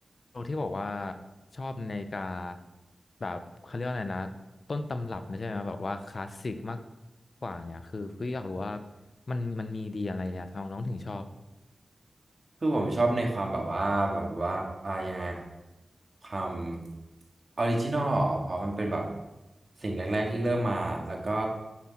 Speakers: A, on the left; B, on the right.
A: โรที่บอกว่าชอบนาฬิกาแบบเขาเรียกว่าอะไรนะต้นตำรับนะใช่ไหมแบบว่าคลาสสิกมากกว่าเนี่ยคือพี่อยากรู้ว่ามันมันมีดีอะไรอะทำไมน้องถึงชอบ
B: คือผมชอบในความแบบว่าแบบว่าอ่ายังไงอะความออริจินอลเพราะมันเป็นแบบสิ่งแรกๆที่เริ่มมาแล้วก็